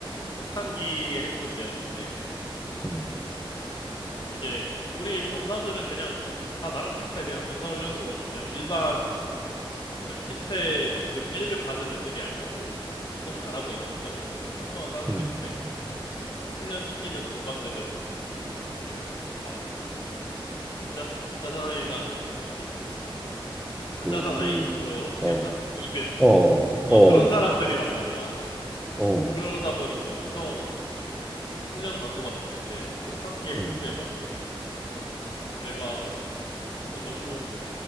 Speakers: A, on the left (about 55°); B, in the centre.
A: 혹한기 행군 때였는데,
B: 응,
A: 이제 우리 병사들은 그냥 다 나랑 비슷해. 그냥 논사훈련소 온 그냥 일반 그냥 신체 등급 1급 받은 애들이야. 그냥 뭐 운동 잘하고 이런 것도 아니고 그냥 평범한 사람들인데
B: 응,
A: 훈련시키는 교관들은 그 막 진짜 진짜 사나이가 아니고 그 뭐지? 가짜
B: 그,
A: 사나이?
B: 그,
A: 그거 혹시
B: 어,
A: 기억나? 이근.
B: 어, 어,
A: 어 그런 사람들이란 말이야.
B: 어,
A: 그러다 보니까 엄청 훈련 강도가 높은데 그래서 혹한기 행구
B: 응,
A: 때 막 내가 저 너무